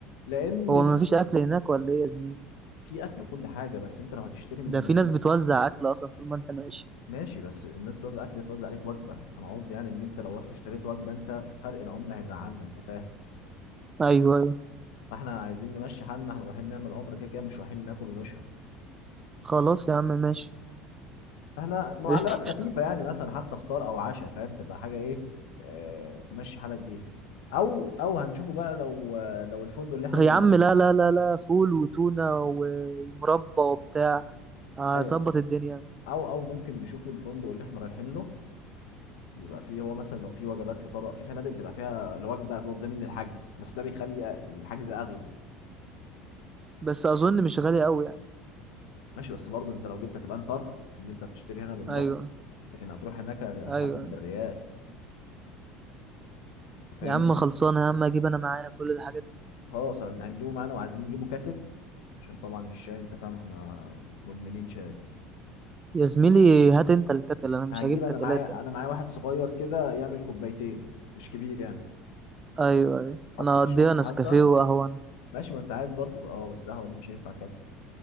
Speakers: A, on the left; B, on the right.
A: لأن
B: هو ما فيش اكل هناك ولا ايه يا زميلي
A: في أكل وكل حاجة بس أنت لو هتشتري من
B: ده
A: هناك
B: في ناس بتوزع اكل اصلا طول ما انت ماشي
A: ماشي بس الناس بتوزع أكل توزع عليك وجبة أنا قصدي يعني إن أنت لو رحت اشتريت وجبة أنت فرق العملة هيزعلنا أنت فاهم
B: ايوه ايوه
A: فاحنا عايزين نمشي حالنا احنا رايحين نعمل عمرة كده كده مش رايحين ناكل ونشرب
B: خلاص يا عم ماشي
A: احنا معلبات
B: قشطة
A: خفيفه يعني مثلا حتى فطار او عشاء فاهم تبقى حاجه ايه اه تمشي حالك بيها او او هنشوفه بقى لو لو الفندق اللي احنا
B: يا عم لا لا لا لا فول وتونة و- ومربى وبتاع هظبط
A: ايوه
B: الدنيا
A: او او ممكن نشوفه الفندق اللي احنا رايحين له يبقى فيه هو مثلا لو في وجبات فطار في فنادق بتبقى فيها الوجبه ضمن الحجز بس ده بيخلي الحجز اغلى
B: بس اظن مش غالي قوي يعني
A: ماشي بس برضه انت لو جبت هتبقى انت ارخص لان انت بتشتري هنا بالمصري
B: ايوه
A: لكن هتروح هناك هتحاسب
B: ايوه
A: بالريال أنت فاهمني
B: يا عم خلصانه يا عم اجيب انا معايا كل الحاجات دي
A: خلاص هن- هنجيبه معانا وعايزين نجيبه كاتل عشان طبعا الشاي انت فاهم احنا مدمنين شاي
B: يا زميلي هات انت الكتل انا مش
A: هجيب
B: هجيب
A: انا
B: كتلات
A: معايا
B: انا
A: انا معايا واحد صغير كده يعمل كوبايتين مش كبير يعني
B: ايوه ايوه
A: حط
B: انا هقضيها
A: في الشنطة
B: نسكافيه
A: حتى
B: وقهوه انا
A: ماشي ما انت عايز برضو اه بس القهوة دي مش هينفع كاتل